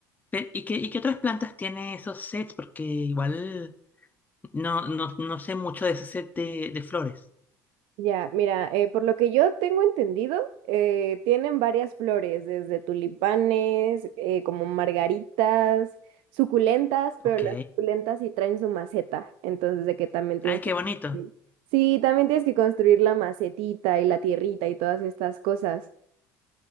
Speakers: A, on the left; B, on the right.
A: pe- ¿y qué, y qué otras plantas tiene esos sets? Porque igual No, no, no sé mucho de ese set de, de flores.
B: Ya, mira, eh, por lo que yo tengo entendido, eh, tienen varias flores, desde tulipanes, eh, como margaritas, suculentas, pero
A: Ok.
B: las suculentas sí traen su maceta, entonces de que también tienes
A: Ay, qué
B: que construir.
A: bonito.
B: Sí, también tienes que construir la macetita y la tierrita y todas estas cosas.